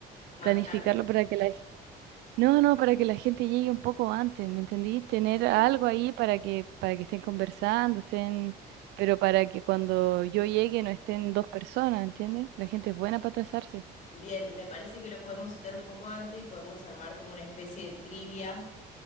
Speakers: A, on the left; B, on the right.
A: Más
B: planificarlo
A: tarde,
B: para que la no, no, para que la gente llegue un poco antes, ¿me entendí? Tener
A: sí
B: algo ahí para que, para que estén conversando, estén, pero para que cuando yo llegue no estén dos personas, ¿entiendes? La gente es buena para atrasarse.
A: Bien, me parece que los podemos citar un poco antes y podemos armar como una especie de trivia